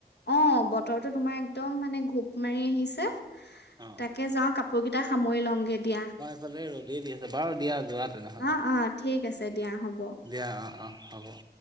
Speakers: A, on the left; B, on the right.
A: অহ, বতৰটো তোমাৰ একদম মানে ঘোপ মাৰি আহিছে। তাকে
B: অ
A: যাওঁ কাপোৰ কেইটা সামৰি লওঁগে দিয়া।
B: ইফালে ৰ'দে দি আছে, বাৰু দিয়া যোৱা। তেনেহ'লে
A: অহ', অহ' ঠিক আছে দিয়া হ'ব।
B: দিয়া অহ', অহ' হ'ব।